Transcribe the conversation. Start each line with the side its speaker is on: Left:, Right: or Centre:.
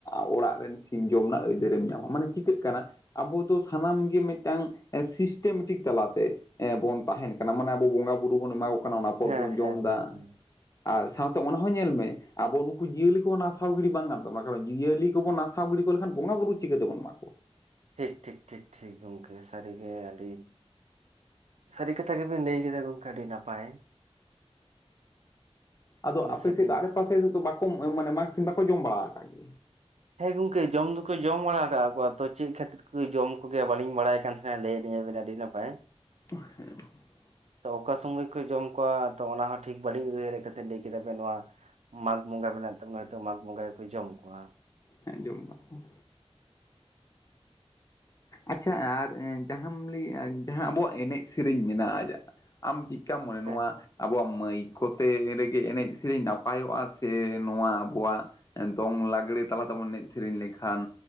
Left: ᱚᱲᱟᱜ ᱨᱮᱱ ᱥᱤᱢ ᱡᱚᱢ ᱱᱟᱜ ᱟᱹᱭᱫᱟᱹᱨᱮᱢ ᱧᱟᱢᱟ, ᱢᱟᱱᱮ ᱪᱤᱠᱟᱹᱜ ᱠᱟᱱᱟ ᱟᱵᱚ ᱫᱚ ᱛᱷᱟᱱᱟᱢ ᱜᱮ ᱢᱤᱴᱟᱝ 'ᱮᱥᱤᱥᱴᱮ ᱢᱮᱴᱤᱠ' ᱛᱟᱞᱟᱛᱮ᱾ ᱮᱸ ᱵᱚᱱ ᱛᱟᱦᱮᱱ ᱠᱟᱱᱟ, ᱢᱟᱱᱮ ᱟᱵᱚ ᱵᱚᱸᱜᱟ-ᱵᱩᱨᱩ ᱵᱚᱱ ᱮᱢᱟ ᱠᱚ ᱠᱟᱱᱟ, ᱚᱱᱟ ᱯᱚᱨ
Right: ᱦᱮᱸ
Left: ᱵᱚᱱ ᱡᱚᱢ
Right: ᱦᱮᱸ
Left: ᱫᱟ᱾
Right: ᱦᱮᱸ ᱦᱮᱸ
Left: ᱟᱨ ᱥᱟᱶᱛᱮ ᱚᱱᱟ ᱦᱚᱸ ᱧᱮᱞ ᱢᱮ ᱟᱵᱚ ᱱᱩᱠᱩ ᱡᱤᱭᱟᱹᱞᱤ ᱠᱚ ᱱᱟᱥᱟᱣ ᱜᱤᱰᱤ ᱵᱟᱝ ᱜᱟᱱ ᱛᱟᱵᱚᱱᱟ, ᱠᱟᱨᱚᱱ ᱡᱤᱣᱭᱟᱹᱞᱤ ᱠᱚᱵᱚᱱ ᱱᱟᱥ- -ᱥᱟᱣ ᱜᱤᱰᱤ ᱠᱚ ᱞᱮᱠᱷᱟᱱ ᱵᱚᱸᱜᱟ-ᱵᱩᱨᱩ ᱪᱤᱠᱟᱹ ᱛᱮ ᱵᱚᱱ ᱢᱟᱠᱚᱣᱟ?
Right: ᱴᱷᱤᱠ, ᱴᱷᱤᱠ, ᱴᱷᱤ ᱜᱚᱢᱠᱮ ᱥᱟᱹᱨᱤᱜᱮ ᱟᱹᱰᱤ ᱥᱟᱹᱨᱤ ᱠᱟᱛᱷᱟ ᱜᱮᱵᱤᱱ ᱞᱟᱹᱭ ᱠᱮᱫᱟ ᱜᱚᱝᱠᱮ, ᱟᱹᱰᱤ ᱱᱟᱯᱟᱭ᱾
Left: ᱟᱫᱚ
Right: ᱟᱞᱮ
Left: ᱟᱯᱮ
Right: ᱥᱟᱹᱜᱟᱹᱭ
Left: ᱥᱮ ᱫᱟᱜ ᱨᱮ-ᱯᱟᱥ ᱥᱮᱡ ᱨᱮᱫᱚ ᱵᱟᱠᱚᱢ ᱮ ᱢᱟᱱᱮ 'ᱢᱟᱜᱽ ᱥᱤᱢ' ᱵᱟᱠᱚ ᱡᱚᱢ ᱵᱟᱲᱟ ᱠᱟᱫ ᱜᱮᱭᱟ?
Right: ᱦᱮᱸ ᱜᱚᱝᱠᱮ, ᱡᱚᱢ ᱫᱚᱠᱚ, ᱡᱚᱢ ᱵᱟᱲᱟ ᱠᱟᱜ ᱠᱚᱣᱟ ᱛᱚ ᱪᱮᱜ ᱠᱷᱟᱹᱛᱤᱨ? ᱦᱩᱭ ᱡᱚᱢ ᱠᱚᱜᱮᱭᱟ ᱵᱟᱞᱤᱧ ᱵᱟᱲᱟᱭ ᱠᱟᱱ ᱛᱷᱮᱱ, ᱞᱟᱹᱭᱟᱞᱤ ᱧᱟᱵᱮᱱ ᱟᱹᱰᱤ ᱱᱟᱯᱟᱭ᱾
Left: <unintelligible>
Right: ᱛᱚ ᱚᱠᱟ ᱥᱚᱢᱚᱭ ᱠᱚ ᱡᱚᱢ ᱠᱚᱣᱟ ᱛᱚ ᱚᱱᱟ ᱦᱚᱸ ᱴᱷᱤᱠ ᱵᱟᱹᱞᱤᱧ ᱩᱭᱦᱟᱹᱨᱮᱜ ᱠᱟᱛᱮ ᱞᱟᱹᱭ ᱠᱮᱫᱟ ᱵᱮᱱ᱾ ᱱᱚᱣᱟ 'ᱢᱟᱜᱽ ᱵᱚᱸᱜᱟ' ᱢᱮᱱᱟᱜ ᱛᱟᱵᱚᱱᱟ, ᱣᱤᱛᱚᱜ 'ᱢᱟᱜᱽ ᱵᱚᱸᱜᱟ' ᱣᱮᱠᱚ ᱡᱚᱢ ᱠᱚᱶᱟ᱾
Left: ᱦᱮᱸ, ᱡᱚᱢ ᱟᱠᱚ᱾ ᱟᱪᱪᱷᱟ ᱟᱨ ᱮᱸ ᱡᱟᱦᱟᱢ ᱞᱟᱹᱭᱮᱜᱼᱟ, ᱡᱟᱦᱟᱸ ᱟᱵᱚᱣᱟᱜ ᱮᱱᱮᱡ-ᱥᱮᱹᱨᱮᱹᱧ ᱢᱮᱱᱟᱜᱼᱟ ᱡᱟ ᱟᱢ ᱪᱮᱜ ᱠᱟᱢ ᱢᱚᱱᱮᱭᱟ,
Right: ᱦᱮᱸ
Left: ᱱᱚᱣᱟ ᱟᱵᱚᱣᱟᱜ ᱢᱟᱹᱭ ᱠᱚᱛᱮ ᱨᱮᱜᱮ ᱮᱱᱮᱡ-ᱥᱮᱨᱮᱧ ᱱᱟᱯᱟᱭᱚᱜᱼᱟ ᱥᱮ ᱱᱚᱣᱟ ᱟᱵᱚᱣᱟᱜ ᱮᱸ ᱫᱚᱝ ᱞᱟᱜᱽᱲᱮ ᱛᱟᱞᱟ ᱛᱮᱵᱚᱱ ᱱᱮᱡ-ᱥᱮᱨᱮᱧ ᱞᱮᱠᱷᱟᱱ